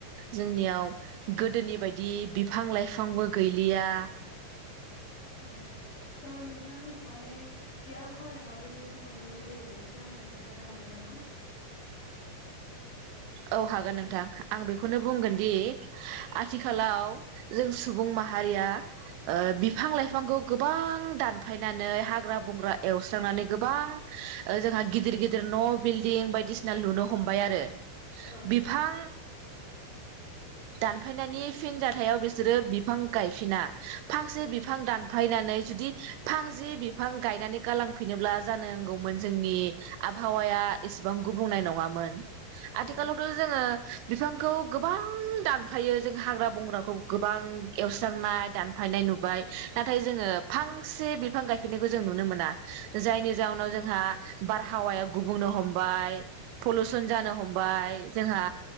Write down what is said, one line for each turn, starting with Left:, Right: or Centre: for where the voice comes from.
Right: जोंनियाव गोदोनि बायदि बिफां - लाइ बिफांबो गैलिया
Left: औ। स' नोंथां माने बे आबहावाया माब्रै गुबुंले जायो एसे आंनो खोन्थानो हागोन नामा? ामा <inaudible>
Right: औ हागोन नोंथां आं बेखौनो बुंगोन दि आथिखालाव जों सुबुं माहारिया बिफां-
Left: औ
Right: लाइफांखौ बा दानफायनानै हाग्रा बंग्रा एवस्रांनानै गोबां जोंहा गिदिर गिदिर न' बिल्डिं ं बायदिसिना लुनो हमबाय आरो
Left: औ
Right: बिफां दानफायनायनि फिन जाथायाव बिसोरो बिफां गायफिना फांसे
Left: औ
Right: बिफां दानफायनानै जुदि बिफां जि बिफां गायनानै गालांफैनोब्ला जानो नांगौमोन जोंनि आबहावाया एसेबां गुब बुंनाय नङान
Left: औ
Right: आथिखालावथ' जो बिसेबांखौ गोबां दानफायो जों हाग्रा बंग्राखौ गोबां एवस्रांनाय दान फायनाय नुबाय
Left: औ
Right: नाथाय जोङो फांसे बिफां गायफिननायखौ जों नुनो मोना जायनि जउनाव जोंहा बारहावाया गुबुन हमबाय पलुसन जानो हमबाय जोंहा